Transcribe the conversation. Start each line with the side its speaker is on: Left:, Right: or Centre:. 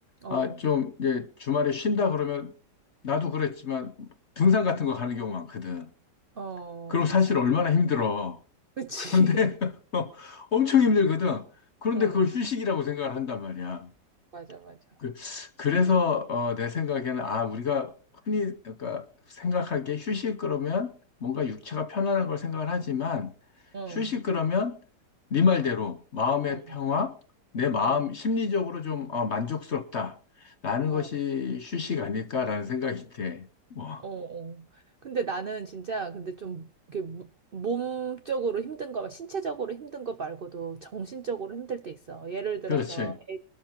Right: 어,
Left: 아, 좀 이제 주말에 쉰다 그러면 나도 그랬지만 등산 같은 거 가는 경우 많거든.
Right: 어,
Left: 그럼 사실
Right: 그치.
Left: 얼마나 힘들어.
Right: 그치.
Left: 그런데 <laughs>
Right: <laughs>
Left: 엄청 힘들거든. 그런데
Right: 응,
Left: 그걸 휴식이라고 생각을 한단 말이야.
Right: 맞아, 맞아.
Left: 그, 그래서 어, 내 생각에는 아 우리가 흔히 그러니까 생각하기에 휴식 그러면 뭔가 육체가 편안한 걸 생각을 하지만
Right: 응,
Left: 휴식 그러면 네 말대로 마음의
Right: 응.
Left: 평화, 내 마음
Right: 응.
Left: 심리적으로 좀 어, 만족스럽다라는
Right: 어,
Left: 것이 휴식 아닐까라는 생각이 돼. 뭐
Right: 어, 어. 근데 나는 진짜 근데 좀 이게 몸적으로 힘든 거, 신체적으로 힘든 거 말고도 정신적으로 힘들 때 있어. 예를 들어서
Left: 그렇지
Right: 애,